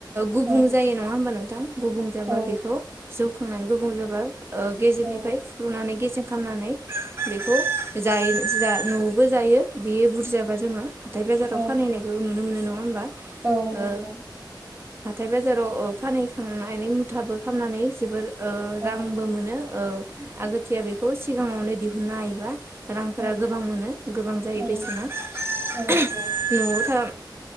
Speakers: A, on the right (about 30°); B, on the right (about 60°).
A: गुबुं
B: औ
A: जायो नङा होमबा नों थां गुबुं जाबा
B: औ
A: बेखौ जौ खांनानै गुबुं जाबा ओ गेजेरनिफ्राय
B: औ
A: फुख्ल'नानै गेजेर खामनानै बेखौ जायो। जा न'आवबो जायो बेयो बुरजाबा जोङो हाथाय बाजाराव
B: औ
A: फानहैनायखोबो नुनो मोनो नङा होमबा?
B: औ
A: ओ
B: नंंगौ नोंथां।
A: हाथाय बाजाराव ओ फानहैखांनानै मुथाबो खामनानै जोबोर ओ रांबो
B: औ
A: मोनो ओ आगोथिया बेखौ सिगाङावनो दिहुन ना हायोबा रांफोरा
B: औ
A: गोबां मोनो गोबां जायो
B: औ
A: बेसेना नवाव
B: औ नंगौ
A: था